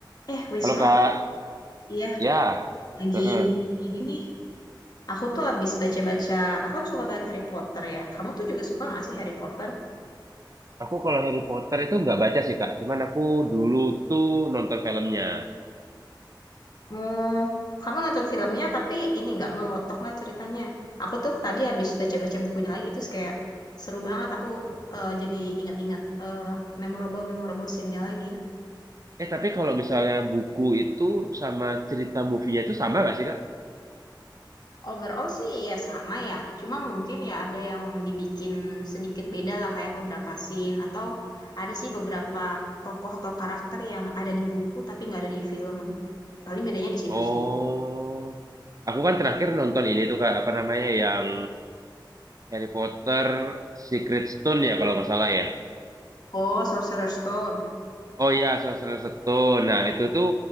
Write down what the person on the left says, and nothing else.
Eh, Wisnu,
iya,
lagi
ini, ini nih. Aku tuh habis baca-baca, aku kan suka banget Harry Potter ya. Kamu tuh juga suka gak sih Harry Potter?
Oh, kamu nonton filmnya tapi ini nggak ngelotok lah ceritanya. Aku tuh tadi habis baca-baca bukunya lagi, terus kayak seru banget. Aku eh, jadi inget-inget eh, memorable-memorable scene-nya lagi.
Overall sih ya sama ya, cuma mungkin ya ada yang dibikin sedikit beda lah kayak beberapa scene atau ada sih beberapa tokoh atau karakter yang ada di buku tapi nggak ada di film. Paling bedanya di situ
sih.
Oh, Sorcerer Stone.